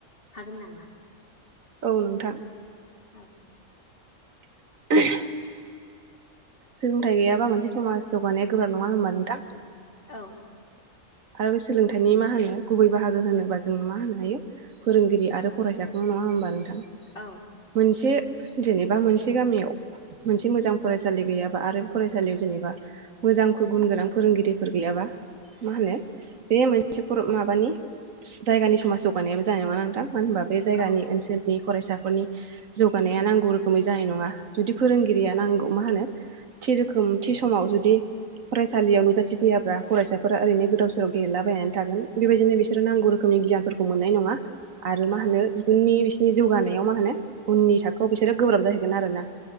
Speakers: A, on the left; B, on the right.
A: हागोन नामा
B: औ नोंथां
A: औ
B: <inaudible> सोलोंथाइ गैयाबा मोनसे समाज जौगानाया गोब्राब नङा होमबा नोंथां?
A: औ
B: आरो बे सोलोंथाइनि मा होनो गुबै बाहागो होनोबा जोङो मा होनो हायो फोरोंगिरि आरो फरायसाखौल' नङा होनबा नोंथां
A: औ
B: मोनसे जेनेबा मोनसे गामियाव मोनसे मोजां फरायसालि गैयाबा आरो बे फरायसालियाव जेनेबा मोजां गुन गोनां फोरोंगिरिफोर गैयाबा मा होनो बे मोनसे फर माबानि जायगानि समाज जौगानायाबो जानाय नङा नोंथां मानो होनबा बे जायगानि
A: औ
B: ओनसोलनि फरायसाफोरनि जौगानाया नांगौ रोखोमै जानाय नङा जुदि फोरोंगिरिया नांगौ मा होनो थि रोखोम थि समाव जुदि फरायसालियाव नुजाथि फैयाब्ला फरायसाफोरा ओरैनो गोदाव सो सोराव गेलेलाबायनानै थागोन बेबायदिनो बिसोर नांगौ रोखोमनि गियानफोरखौ मोननाय नङा आरो
A: औ
B: मा होनो इयुननि बिस नि जौगानायाव मा होनो उननि थाखोआव बिसोरो गोब्राब जाहैगोन आरोना